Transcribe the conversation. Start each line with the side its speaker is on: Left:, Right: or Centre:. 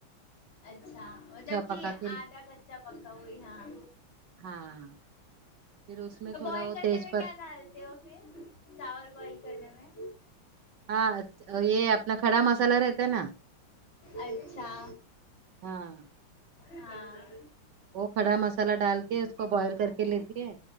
Left: اچھا مطلب کہ
Right: پکا کے
Left: آدھا کچا پکا وہی ہاں
Right: ہاں پھر اس میں
Left: تو
Right: تھوڑا
Left: بوائل
Right: وہ
Left: کرنے
Right: تیج
Left: میں
Right: پت
Left: کیا ڈالتے ہو پھر چاول بوائل کرنے میں
Right: ہاں یہ اپنا کھڑا مسالہ رہتا ہے نا
Left: اچھا
Right: ہاں
Left: ہاں
Right: وہ کھڑا مسالہ ڈال کے اس کو بوائل کر کے لیتی ہے